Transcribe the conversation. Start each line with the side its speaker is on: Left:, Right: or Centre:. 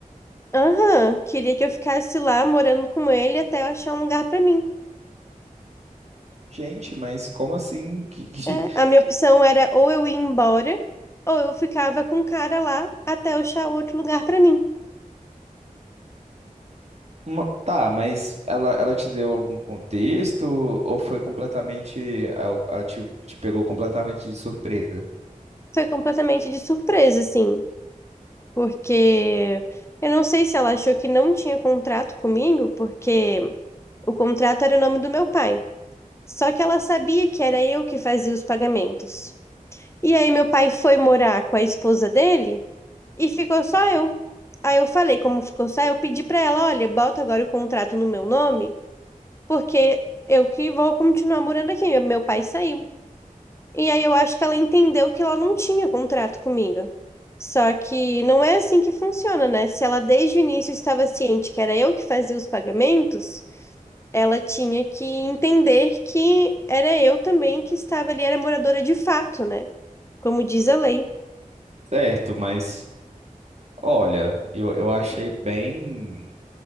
Left: Aham, queria que eu ficasse lá morando com ele até eu achar um lugar pra mim.
Right: Gente, mas como assim? <laughs> Que- que-
Left: É, a minha opção era ou eu ir embora, ou eu ficava com o cara lá até eu achar outro lugar pra mim.
Right: Uma- Tá, mas ela, ela te deu algum contexto ou foi completamente. Ela ela te, te pegou completamente de surpresa?
Left: Foi completamente de surpresa, assim, porque eu não sei se ela achou que não tinha contrato comigo, porque o contrato era o nome do meu pai. Só que ela sabia que era eu que fazia os pagamentos. E aí meu pai foi morar com a esposa dele e ficou só eu. Aí eu falei, como ficou só eu, pedi pra ela, olha, bota agora o contrato no meu nome, porque eu que vou continuar morando aqui. Meu pai saiu. E aí eu acho que ela entendeu que ela não tinha contrato comigo. Só que não é assim que funciona, né? Se ela desde o início estava ciente que era eu que fazia os pagamentos, ela tinha que entender que era eu também que estava ali, era moradora de fato, né? Como diz a lei.
Right: Certo, mas olha, eu, eu achei bem.